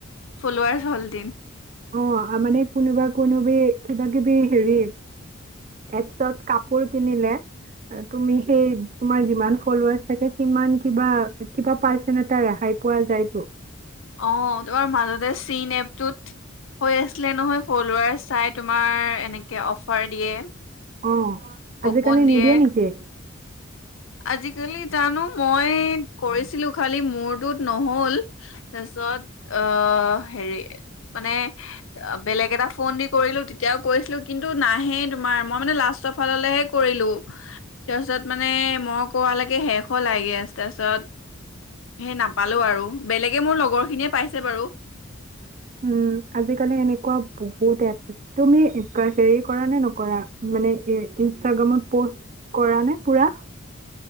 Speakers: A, on the left (about 75°); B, on the right (about 35°).
A: ফলৱাৰচ হল হেতেন।
B: অ', মানে কোনোবা কোনোবি কিবা কিবি হেৰি এপচত কাপুৰ কিনিলে তুমি সেই তোমাৰ যিমান ফলৱাৰচ থাকে সিমান কিবা কিবা পাৰ্চেন এটা ৰেহাই পোৱা যায়টো
A: অ', তোমাৰ মাজতে চিন এপটোত হৈ আছিলে নহয় ফ্লাৱাৰচ চাই তোমাৰ এনেকে অফাৰ দিয়ে।
B: অ',
A: কুপন
B: আজিকালি
A: দিয়ে
B: নিদিয়ে নেকি?
A: আজিকালি জানো মই কৰিছিলো খালি মোৰটোত নহল। তাৰপিছত আহ হেৰি মানে বেলেগ এটা ফোন দি কৰিলো তেতিয়াও কৰিছিলো কিন্তু নাহে তোমাৰ মই মানে লাষ্টত -ফাললেহে কৰিলোঁ তাৰপিছত মানে মই কৰোৱালৈকে শেষ লাগে তাৰপিছত সেই নাম- -পালো আৰু বেলেগে মোৰ লগৰখিনিয়ে- পাইছে বাৰু
B: উ'ম আজিকালি এনেকুৱা বহুত এপ- তুমি <inaudible> কৰা নে নকৰা মানে ইনাগ্ৰামত পষ্ট কৰা নে পুৰা-